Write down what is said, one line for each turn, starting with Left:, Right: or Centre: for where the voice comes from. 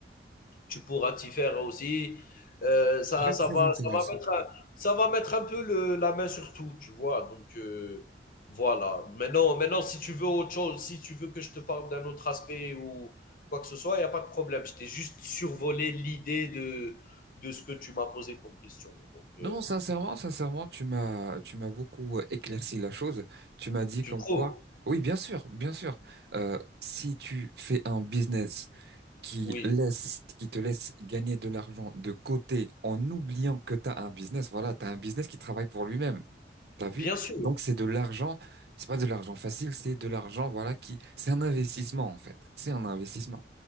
Left: tu pourras t'y faire aussi. Euh, ça,
Right: Très,
Left: ça,
Right: très
Left: va,
Right: intéressant.
Left: ça, va mettre, un- ça va mettre un peu le- la main sur tout, tu vois. Donc euh, voilà. Maintenant, maintenant, si tu veux autre chose, si tu veux que je te parle d'un autre aspect ou quoi que ce soit, il n'y a pas de problème. Je t'ai juste survolé l'idée de, de ce que tu m'as posé comme question. Donc euh,
Right: Non, non, sincèrement, sincèrement, tu m'as, tu m'as beaucoup euh, éclairci la chose. Tu m'as dit
Left: tu
Right: comme
Left: trouves?
Right: quoi, oui, bien sûr, bien sûr. Euh, si tu fais un business qui
Left: Oui,
Right: laisse, qui te laisse gagner de l'argent de côté en oubliant que tu as un business, voilà, tu as un business qui travaille pour lui-même. T'as
Left: bien
Right: vu?
Left: sûr.
Right: Donc, c'est de l'argent, c'est pas de l'argent facile, c'est de l'argent, voilà, qui, c'est un investissement, en fait. C'est un investissement.